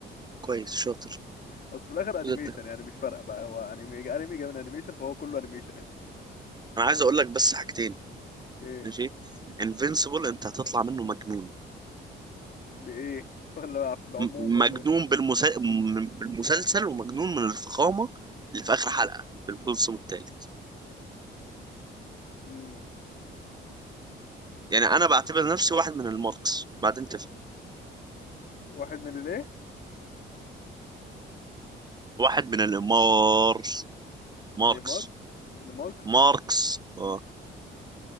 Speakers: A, on the right; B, on the left.
A: كويس شاطر
B: بس في الاخر انيميشن
A: ده انت
B: يعني مش فارقه بقى هو انمي انمي جاي من انيميشن فهو كله انيميشن يعني
A: انا عايز اقول لك بس حاجتين
B: ايه
A: ماشي انفينسيبل انت هتطلع منه مجنون
B: بايه <laughs> ولا في العموم
A: م-
B: ولا
A: مجنون
B: إيه؟
A: بالمس... م- بالمسلسل ومجنون من الفخامه اللي في اخر حلقه في الموسم الثالث
B: امم
A: يعني انا بعتبر نفسي واحد من الماركس بعدين تفهم
B: واحد من الايه
A: واحد من المارس ماركس
B: الامارس الماركس
A: ماركس اه